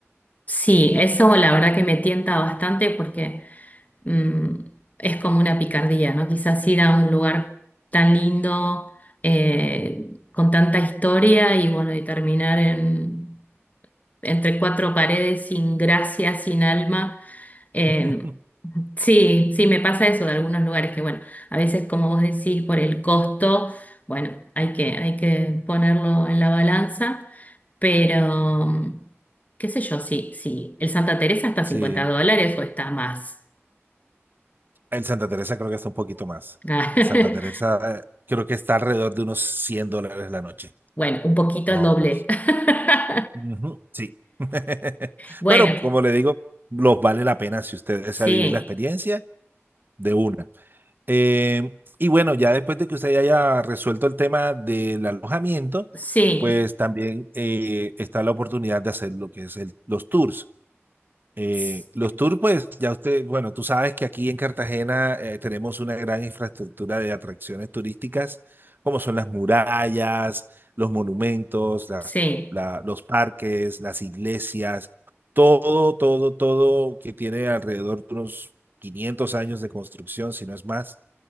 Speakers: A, on the left; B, on the right.
A: Sí, eso la verdad que me tienta bastante porque mm, es como una picardía, ¿no? Quizás ir a un lugar tan lindo, eh, con tanta historia y bueno, y terminar en, entre cuatro paredes sin gracia, sin alma. Eh,
B: <laughs>
A: sí, sí, me pasa eso de algunos lugares que bueno, a veces como vos decís, por el costo, bueno, hay que, hay que ponerlo en la balanza, pero qué sé yo, si, si el Santa Teresa está a
B: Sí,
A: 50 dólares o está más.
B: el Santa Teresa creo que está un poquito más.
A: <laughs>
B: El Santa Teresa eh, creo que está alrededor de unos 100 dólares la noche,
A: Bueno, un poquito
B: más
A: el
B: o
A: doble.
B: menos.
A: <laughs>
B: Ujú, Sí. <laughs>
A: Bueno,
B: Pero como le digo, los vale la pena si usted desea
A: sí,
B: vivir la experiencia de una. Eh, y bueno, ya después de que usted haya resuelto el tema del alojamiento,
A: sí,
B: pues también eh, está la oportunidad de hacer lo que es el- los tours. Eh,
A: s-
B: los tours, pues ya usted, bueno, tú sabes que aquí en Cartagena eh, tenemos una gran infraestructura de atracciones turísticas, como son las murallas, los monumentos, las,
A: sí.
B: la- los parques, las iglesias, todo, todo, todo que tiene alrededor de unos 500 años de construcción, si no es más.